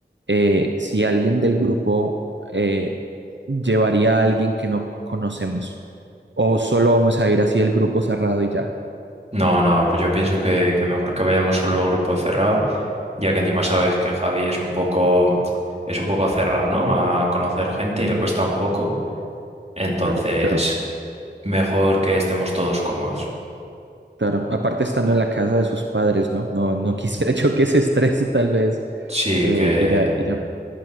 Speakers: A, on the right (about 80°); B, on the right (about 35°).
A: eh, si alguien del grupo eh, llevaría a alguien que no conocemos o solo vamos a ir así el grupo cerrado y ya.
B: No, no, pues yo pienso que, que mejor que vayamos solo el grupo cerrado, ya que encima sabes que Javi es un poco, es un poco cerrado, ¿no? A conocer gente
A: Mm,
B: y le cuesta un poco. Entonces,
A: claro, claro,
B: mejor que estemos todos cómodos.
A: claro. Aparte estando en la casa de sus padres, ¿no? No, no quisiera <laughs> yo que se estrese tal vez
B: Sí,
A: eh,
B: que
A: y ya, y ya